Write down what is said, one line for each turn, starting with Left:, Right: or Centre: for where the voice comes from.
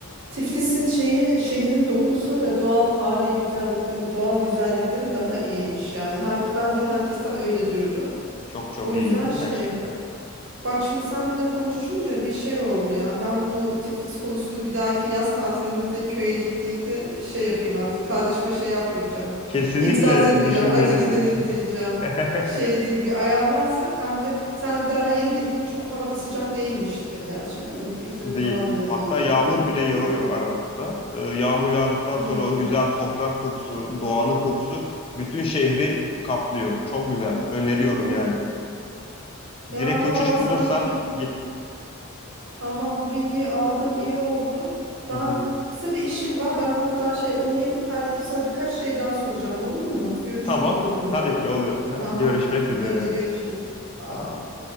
Right: Tiflis'in şeyi, şehrin dokusu ve doğal tarihi güzellikleri ve doğal güzellikleri daha iyiymiş yani. Her, ben de herkesten öyle duydum.
Left: Çok çok
Right: O
Left: iyi
Right: yüzden şey,
Left: gerçekten.
Right: bak şimdi senle de konuşunca bir şey oldu ya. Ben bu Tiflis konusunu bir dahaki yaz tatilimizde köye gittiğimde şey yapayım artık. Kardeşime şey yapmayacağım.
Left: Kesinlikle
Right: <laughs> İtiraz etmeyeceğim.
Left: düşünmelisin.
Right: Hadi gidelim diyeceğim.
Left: <laughs>
Right: Şey değil bir ayarlarsak hem de sen daha yeni gittin çok havada sıcak değilmiştir gerçi değil mi? İklimi
Left: Değil.
Right: falan da
Left: Hatta
Right: iyidir
Left: yağmur
Right: herhalde
Left: bile yağıyor
Right: değil mi?
Left: arada. Ee, yağmur yağdıktan
Right: Hmm.
Left: sonra o güzel toprak kokusu, doğanın kokusu bütün şehri kaplıyor. Çok güzel. Öneriyorum
Right: Hmm.
Left: yani.
Right: Ya
Left: Direkt uçuş
Right: valla senden
Left: bulursan
Right: bu bilgi
Left: git.
Right: tamam bu bilgiyi aldığım iyi oldu. Ben
Left: <laughs>
Right: kısa bir işim var. Ben hatta şey onu yapıp halledip sana birkaç şey daha soracağım olur mu? Görüşürüz
Left: Tamam.
Right: o zamana
Left: Tabii
Right: kadar.
Left: ki olur. <laughs>
Right: Tamam.
Left: Görüşmek üzere.
Right: Hadi görüşürüz. Aa.
Left: Sağ ol.